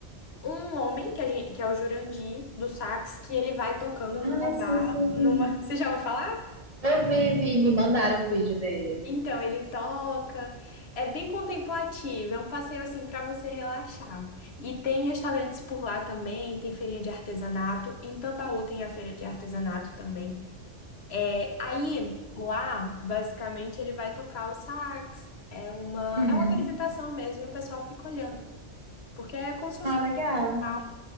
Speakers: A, on the left; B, on the right.
A: um homem, que, a gente, que é o Jurandir, do sax, que ele vai tocando
B: Ai,
A: numa barra,
B: sim, sim.
A: numa... <laughs> Você já ouviu falar?
B: Eu vi, vi, me mandaram o vídeo dele.
A: Então, ele toca, é bem contemplativo, é um passeio assim para você relaxar. E tem restaurantes por lá também, tem feirinha de artesanato, em Tambaú tem a feira de artesanato também. É, aí, lá, basicamente, ele vai tocar o sax. É uma,
B: Uhum.
A: é uma apresentação mesmo, e o pessoal fica olhando. Porque é como se fosse
B: Ah,
A: um
B: legal.
A: show e tal.